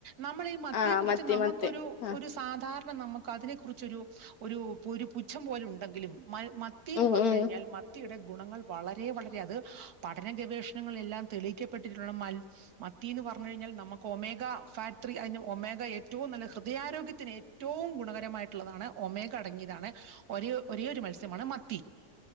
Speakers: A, on the right (about 70°); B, on the left (about 65°).
A: നമ്മള ഈ മത്തിയെ
B: ആഹ്
A: കുുറിച്ച്
B: മത്തി
A: നമുക്കൊരു
B: മത്തി ആഹ്
A: ഒരു സാധാരണ നമുക്ക് അതിനെ കുുറിച്ചൊരു ഒരു ഒരു പുച്ഛം പോലെ ഉണ്ടെങ്കിലും മ മത്തിന്ന്
B: ഉം
A: പറഞ്ഞു
B: ഉം
A: കഴിഞ്ഞാൽ മത്തിയുടെ ഗുണങ്ങൾ വളരെ വളരെ അത് പഠന ഗവേഷണങ്ങളൾെല്ലാം തെളിയിക്കപ്പെട്ടിട്ടുള്ള മ മന്ന് പറഞ്ഞു കഴിഞ്ഞാൽ നമുക്ക് ഒമേഗ ഫാക്ട അതിന് ഒമേഗ ഏറ്റവും നല്ല ഹൃദയാരോഗ്യത്തിന് ഏറ്റവും ഗുണകര മായിട്ടുള്ളതാണ് ഒമേഗ അടങ്ങിയതാണ് ഒര ഒരേ ഒരു മത്സ്യമാണ് മത്തി